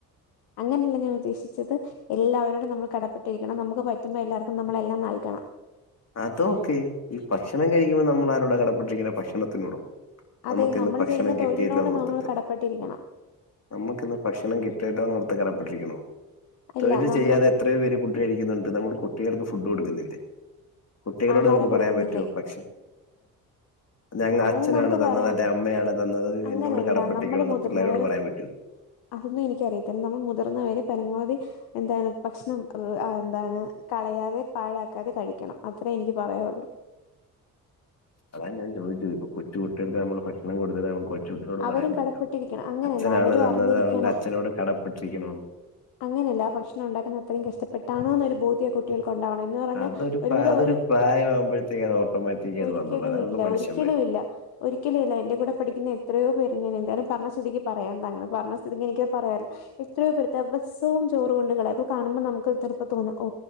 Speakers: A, on the left (about 60°); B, on the left (about 35°).
A: അങ്ങനല്ല ഞാൻ ഉദ്ദേശിച്ചത് എല്ലാവരോടും നമ്മൾ കടപ്പെട്ടിരിക്കണം നമുക്കുപ്പറ്റുമ്പോൾ എല്ലാവർക്കും നമ്മളെല്ലാം നൽകണം
B: അത് ഒക്കെ ഈ ഭക്ഷണം കഴിക്കുമ്പോൾ നമ്മൾ ആരോട കടപട്ടിരിക്കുന്നത് ഭക്ഷണത്തിനോടോ
A: അതെ
B: നമുക്കിന്ന്
A: നമ്മൾ
B: ഭക്ഷണം
A: ചെയ്യുന്ന
B: കിട്ടിയല്ലോന്നോർത്തിട്ട്
A: തൊഴിലിനോട് നമ്മൾ കടപ്പെട്ടിരിക്കണം
B: നമുക്ക് ഇന്ന് ഭക്ഷണം കിട്ടിയല്ലോന്നോർത്തിട്ട് കടപ്പെട്ടിരിക്കണോ
A: അല്ല
B: തൊഴിൽ
A: നമ്മൾ
B: ചെയ്യാതെ എത്രയോ പേര് ഫുഡ് കഴിക്കുന്നുണ്ട് നമ്മൾ കുട്ടികൾക്ക് ഫുഡ് കൊടുക്കുന്നില്ലേ കുട്ടികളോട്
A: ആഹാരം
B: നമുക്ക് പറയാൻ
A: കൊടുക്കുന്നില്ലേ
B: പറ്റുവോ ഭക്ഷണം <unintelligible>
A: അതൊന്നും
B: അച്ഛനാണ്
A: നമുക്ക്
B: തന്നത്
A: പറയാം
B: അന്റെ അമ്മയാണ് തന്നത്
A: അങ്ങനെയല്ല
B: എന്നോട് കടപ്പെട്ടിരിക്കണമെന്ന്
A: നമ്മള് മുതിർന്നവർ
B: പിള്ളരോട് പറയാൻ പറ്റോ
A: അതൊന്നും എനിക്കറിയത്തില്ല നമ്മൾ മുതിർന്നവര് പരമാവധി എന്താണ് ഭക്ഷണം അഹ് എന്താണ് കളയാതെ പാഴാക്കാതെ കഴിക്കണം അത്രേ എനിക്ക് പറയാള്ളൂ
B: അതാണ് ഞാൻ ചോദിച്ചത് ഇപ്പംകൊച്ചു കുട്ടികൾക്ക് നമ്മൾ ഭക്ഷണം കൊടുത്തത് കുട്ടികളോട്
A: അവരും
B: പറയാൻ പറ്റോ
A: കടപ്പെട്ടിരിക്കണം അങ്ങനെയല്ല
B: അച്ഛനാണ്
A: അവരും
B: തന്നത്
A: അറിഞ്ഞിരിക്കണം
B: അതുകൊണ്ട് അച്ഛനോട് കടപ്പെട്ടിരിക്കണോന്ന്
A: അങ്ങനെയല്ല ആ ഭക്ഷണം ഉണ്ടാക്കുന്ന അത്രയും കഷ്ടപ്പെട്ടാണ് ഒരു ബോധ്യ കുട്ടികൾ ഉണ്ടാവണം എന്ന് പറഞ്ഞാൽ
B: അതൊരു
A: ഒരുവിധം
B: പ്രാ- അതൊരു
A: ഒരു
B: പ്രായമാകുമ്പോഴത്തേക്ക് അത് ഓട്ടോമാറ്റിക്
A: ഒരിക്കലും
B: അത് വന്നോളൂ അതാണല്ലോ
A: ഇല്ല
B: മനുഷ്യന്മാർ
A: ഒരി ഒരിക്കലും ഇല്ല ഒരിക്കലും ഇല്ല എന്റെ കൂടെ പഠിക്കുന്ന എത്രയോ പേര് ഞാൻ എന്തായാലും പറഞ്ഞ സ്തിഥിക്ക് പറയാൻ തന്നോട് പറഞ്ഞ സ്ഥിതിക്ക് എനിക്കത് പറയാലോ എത്രയോ പേർ ദിവസവും ചോറും കൊണ്ട് കളയും അപ്പോ കാണുമ്പോൾ നമുക്ക് ചിലപ്പോൾ തോന്നും ഓ